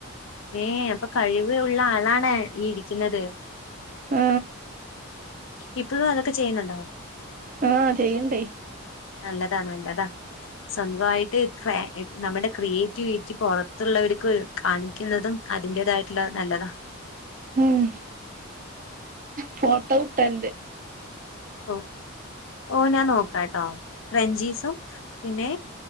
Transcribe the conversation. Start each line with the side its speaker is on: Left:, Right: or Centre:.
Left: ഏ അപ്പൊ കഴിവ് ഉള്ള ആളാണ് ഈ ഇരിക്കുന്നത്
Right: ആ
Left: ഇപ്പോഴും അതൊക്കെ ചെയ്യുന്നുണ്ടോ
Right: ആഹ് ചെയ്യണ്ടേ
Left: നല്ലതാ നല്ലതാ സ്വന്തമായിട്ട് ഫാ നമ്മുടെ ക്രിയേറ്റിവിറ്റി പുറത്തുള്ളവർക്ക് കാണിക്കുന്നതും അതിന്റെതായിട്ടുള്ള നല്ലതാ
Right: ഉം ഫോട്ടോ ഇട്ടോണ്ട്
Left: ഓ ഓ ഞാൻ നോക്കാട്ടോ ക്രഞ്ചീസും പിന്നെ